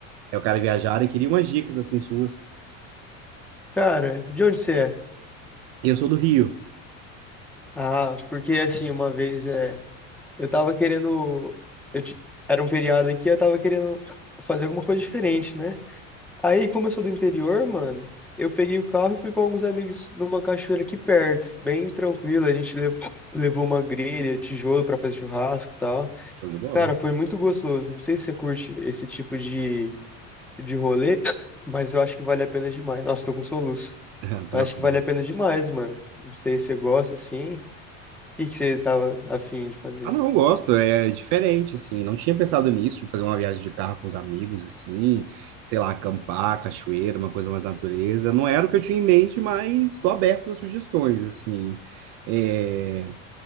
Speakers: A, on the right; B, in the centre.
A: é o cara viajado e queria umas dicas assim suas.
B: Cara, de onde você é?
A: E eu sou do Rio.
B: Ah, porque assim, uma vez é, eu tava querendo, eu ti- era um feriado aqui, eu tava querendo fazer alguma coisa diferente, né? Aí, como eu sou do interior, mano, eu peguei o carro e fui com alguns amigos numa cachoeira aqui perto, bem tranquilo, a gente le- levou uma grelha, tijolo pra fazer churrasco e tal.
A: Show de bola?
B: Cara, foi muito gostoso. Não sei se você curte esse tipo de de rolê, mas eu acho que vale a pena demais. Nossa, tô com soluço.
A: <laughs> Tranquilo.
B: Mas acho que vale a pena demais, mano. Não sei se você gosta assim. O que que você tava afim de fazer?
A: Ah, não, eu gosto, é diferente, assim, não tinha pensado nisso, de fazer uma viagem de carro com os amigos, assim, sei lá, acampar, cachoeira, uma coisa mais natureza, não era o que eu tinha em mente, mas estou aberto a sugestões, assim, é...